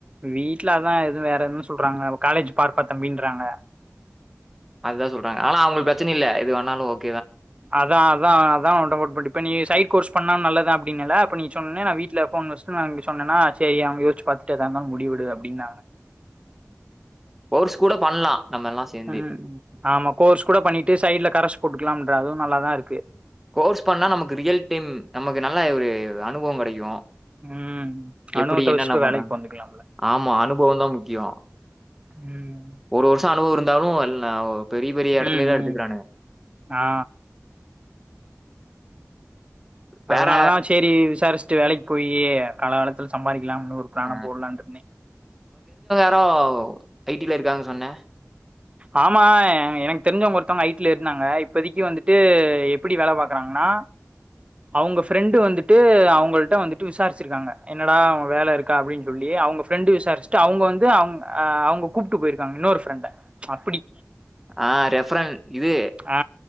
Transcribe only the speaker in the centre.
அதான் சொல்றாங்க ஆனா அவளுக்கு பிரச்சனை இல்ல இது வேணாலும்ஓக
கோர்ஸ் கூட பண்ணலாம் நம்ம எல்லாம் சேர்ந்து.
கோர்ஸ் பண்ணா நமக்கு ரியல் டைம் நமக்கு நல்ல ஒரு அனுபவோ கிடைக்கு
எப்படி என்னன்ன
பண்ற
ஆமா அனுபவோ தா முக்கியோ
ஒரு வருஷோ அனுபவ இரு இருந்தாலு பெரிய பெரிய எடத்துல
தா எடுத்துக்குரங்க
வேற
அ
ஓ ஐடில இருக்காங்க சொன்ன
ஆஹ் ரெஃபரன் இது